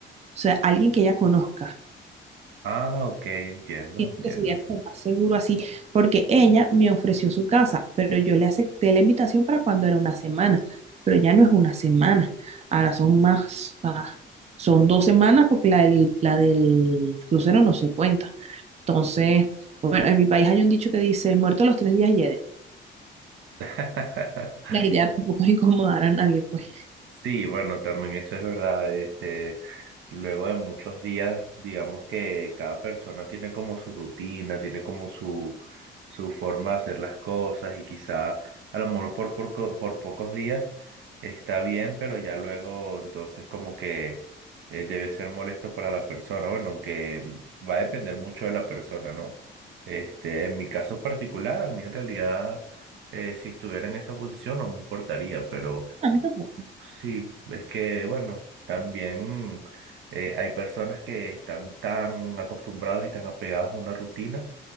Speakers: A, on the right; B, on the right.
A: sea, alguien que ella conozca
B: Ah, ok, entiendo,
A: siento
B: entiendo.
A: que sería como más seguro así, porque ella me ofreció su casa, pero yo le acepté la invitación para cuando era una semana, pero ya no es una semana, ahora son más, ah, son dos semanas porque la del, la del crucero no se cuenta. Entonces, bueno, en mi país hay un dicho que dice, el muerto a los tres días hiede.
B: <laughs>
A: La idea tampoco es incomodar a nadie, pues.
B: Sí, bueno, también eso es verdad. Este, luego de muchos días, digamos que cada persona tiene como su rutina, tiene como su, su forma de hacer las cosas y quizá a lo mejor por, por, co- por pocos días está bien, pero ya luego entonces como que eh, debe ser molesto para la persona. Bueno, aunque va a depender mucho de la persona, ¿no? Este, en mi caso particular, a mí en realidad, eh, si estuviera en esa posición no me importaría, pero...
A: A mí tampoco.
B: Sí, es que, bueno, también eh, hay personas que están tan acostumbrados y tan apegados a una rutina